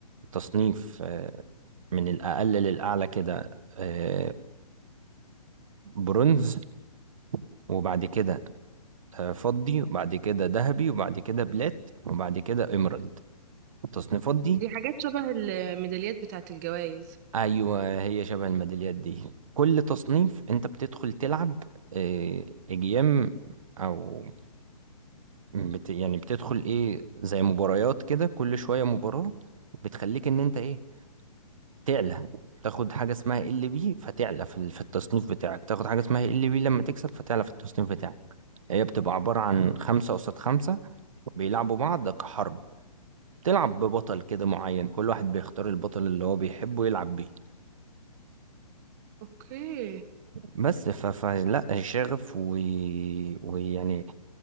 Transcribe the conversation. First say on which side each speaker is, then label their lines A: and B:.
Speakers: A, on the right (about 55°); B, on the right (about 25°).
A: تصنيف آه، من الأقل للأعلى كده آه، برونز وبعد كده آه، فضي وبعد كده ذهبي وبعد كده بلات وبعد كده إيمرالد التصنيفات دي
B: دي حاجات شبه الميداليات بتاعت الجوائز
A: أيوة هي شبه الميداليات دي كل تصنيف أنت بتدخل تلعب آه، أجيام أو بت يعني بتدخل ايه زي مباريات كده كل شوية مباراة بتخليك ان انت ايه تعلى تاخد حاجة اسمها ال بي فتعلى في ال- في التصنيف بتاعك تاخد حاجة اسمها ال بي لما تكسب فتعلى في التصنيف بتاعك هي بتبقى عبارة عن خمسة قصاد خمسة بيلعبوا بعض كحرب تلعب ببطل كده معين كل واحد بيختار البطل اللي هو بيحبه يلعب بيه
B: اوكي
A: بس ف... فلا شغف و... ويعني